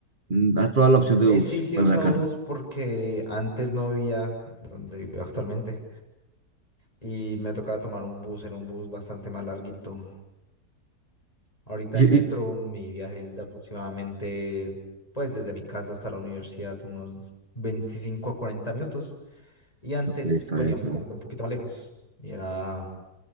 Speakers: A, on the right (about 30°); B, on the left (about 20°).
A: Mm, ¿Has probado la opción de
B: Eh,
A: bus
B: sí, sí
A: para
B: uso
A: la casa?
B: bus porque antes no vivía donde vivo actualmente y me tocaba tomar un bus, era un bus bastante más larguito Ahorita
A: Y-
B: en
A: y-
B: metro mi viaje es de aproximadamente, pues desde mi casa hasta la universidad, unos 25 a 40 minutos. Y antes,
A: Ok, está
B: pues
A: bien,
B: vivía
A: está
B: un poco,
A: bien.
B: un poquito más lejos. Y era,